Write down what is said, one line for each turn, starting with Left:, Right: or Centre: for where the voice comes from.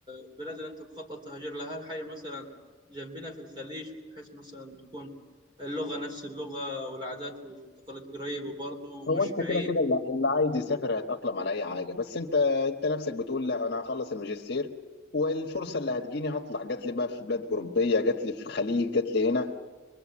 Right: البلاد اللي أنت مخطط تهاجر لها هل حاجة مثلا جنبنا في الخليج بحيث مثلا تكون اللغة نفس اللغة والعادات والتقاليد قريب وبرضه
Left: هو
Right: مش
Left: انت
Right: بعيد
Left: كده كده اللي اللي عايز يسافر هيتاقلم على اي حاجه بس انت انت نفسك بتقول لا انا هخلص الماجستير والفرصه اللي هتجيني هطلع جات لي بقى في بلاد اوروبيه جات لي في الخليج جات لي هنا